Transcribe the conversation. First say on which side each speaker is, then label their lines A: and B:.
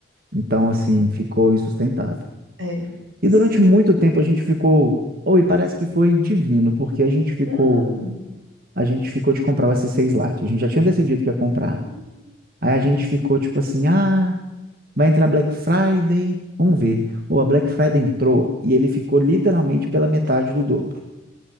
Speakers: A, on the right (about 50°); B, on the right (about 75°).
A: Então, assim,
B: é,
A: ficou insustentável.
B: é.
A: E
B: Sim.
A: durante muito tempo a gente ficou, oi, parece que foi divino, porque a gente ficou,
B: Hum.
A: a gente ficou de comprar o S6 Lite, a gente já tinha decidido que ia comprar.
B: Uhum.
A: Aí a gente ficou tipo assim, ah, vai entrar Black Friday, vamos ver. Ou a Black Friday entrou e ele ficou literalmente pela metade do dobro.